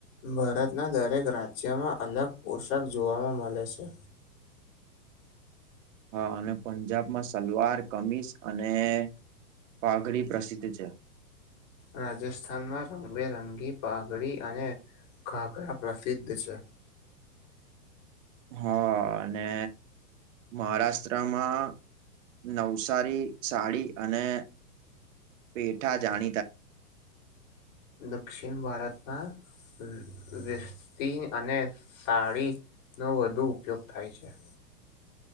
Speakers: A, on the left; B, on the right.
A: ભારતના દરેક રાજ્યમાં અલગ પોશાક જોવામાં મળે છે.
B: હા અને પંજાબમાં સલવાર કમીસ અને પાઘડી પ્રસિદ્ધ છે.
A: રાજસ્થાનમાં રંગબેરંગી પાઘડી અને ઘાઘરા પ્રસિદ્ધ છે.
B: હા અને મહારાષ્ટ્રમાં નવસારી સાડી અને પેઠા જાણી
A: દક્ષિણ ભારતના <unintelligible> અને સાડી નો વધુ ઉપયોગ થાય છે.